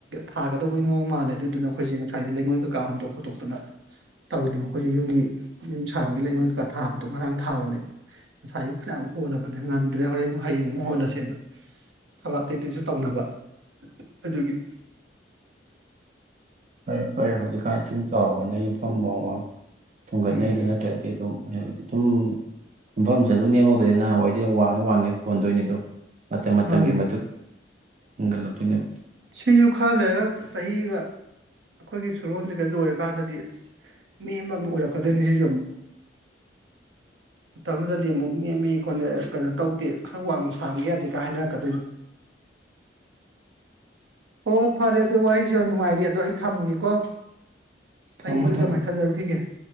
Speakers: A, on the right; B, on the right.
A: ꯊꯥꯒꯗꯧꯕꯒꯤ ꯃꯑꯣꯡ ꯃꯥꯜꯂꯦ ꯑꯗꯨꯏꯗꯨꯅ ꯑꯩꯈꯣꯏꯁꯦ ꯉꯁꯥꯏꯁꯦ ꯂꯩꯉꯣꯏ ꯀꯩꯀꯥ ꯍꯣꯟꯗꯣꯛ ꯈꯣꯠꯇꯣꯛꯇꯨꯅ ꯇꯧꯔꯤꯅꯦꯕ ꯑꯩꯈꯣꯏꯁꯦ ꯌꯨꯝꯒꯤ ꯌꯨꯝ ꯁꯥꯕꯒꯤ ꯂꯩꯉꯣꯏ ꯀꯩꯀꯥ ꯊꯥꯕꯗꯣ ꯉꯔꯥꯡ ꯊꯥꯕꯅꯦꯕ ꯉꯁꯥꯏꯁꯨ ꯐꯅꯌꯥꯝ ꯍꯣꯜꯂꯕꯅꯦ ꯉꯝꯗ꯭ꯔꯦ ꯍꯣꯔꯦꯟ ꯍꯌꯦꯡ ꯑꯃꯨꯛ ꯍꯣꯜꯂꯁꯦꯅ ꯊꯕꯛ ꯑꯇꯩ ꯑꯇꯩꯁꯨ ꯇꯧꯅꯕ ꯑꯗꯨꯒꯤ
B: ꯐꯔꯦ ꯐꯔꯌꯦꯦ ꯍꯧꯖꯤꯛ ꯀꯥ ꯏꯁꯤꯡ ꯆꯥꯎꯕꯅ ꯌꯨꯝꯐꯝ ꯃꯃꯡ ꯊꯣꯡꯒꯠꯅꯩꯗꯨ
A: ꯎꯝ
B: ꯅꯠꯇ꯭ꯔꯗꯤ ꯑꯗꯨꯝ ꯍꯥꯏꯕꯗꯤ ꯑꯗꯨꯝ ꯌꯨꯝꯐꯝꯁꯦ ꯑꯗꯨꯝ ꯂꯦꯝꯍꯧꯗꯣꯏꯅꯤ ꯅꯍꯥꯟꯋꯥꯏꯗꯤ ꯌꯥꯝ ꯋꯥꯡꯉꯦ ꯋꯥꯡꯉꯦ ꯊꯣꯟꯗꯣꯏꯅꯤ ꯑꯗꯣ ꯃ
A: ꯃꯥꯅꯦ
B: ꯃꯪꯒꯤ ꯃꯗꯨ ꯒꯂ ꯊꯅꯦꯕ
A: ꯁꯤꯁꯨ ꯈꯔ ꯂꯩꯔꯒ ꯆꯍꯤꯒ ꯑꯩꯈꯣꯏꯒꯤ ꯁꯨꯔꯣꯁꯤꯒ ꯂꯣꯏꯔꯀꯥꯟꯗꯗꯤ ꯑꯁ ꯅꯦꯝꯕ ꯑꯃ ꯑꯣꯏꯔꯛꯀꯗꯣꯏꯅꯤ ꯁꯤꯁꯨ ꯑꯃꯨꯛ ꯃꯇꯝꯗꯨꯗꯗꯤ ꯑꯃꯨꯛ ꯅꯦꯝꯃꯤ ꯈꯣꯠꯂ ꯀꯩꯅꯣ ꯇꯧꯗꯦ ꯈꯔ ꯋꯥꯡꯅ ꯁꯥꯔꯒ ꯌꯥꯗꯦꯒ ꯍꯥꯏꯅꯔꯛꯀꯗꯣꯏꯅꯤ ꯑꯣ ꯐꯔꯦ ꯑꯗꯨ ꯋꯥꯔꯤꯁꯨ ꯌꯥꯝ ꯅꯨꯡꯉꯥꯏꯔꯤ ꯑꯗꯣ ꯑꯩ ꯊꯝꯃꯒꯦꯀꯣ
B: ꯊꯝꯃꯣ
A: ꯑꯩ ꯏꯔꯨꯖ
B: ꯊꯝꯃꯣ
A: ꯃꯥꯏꯊꯥꯖꯔꯨꯈꯤꯒꯦ ꯑꯄ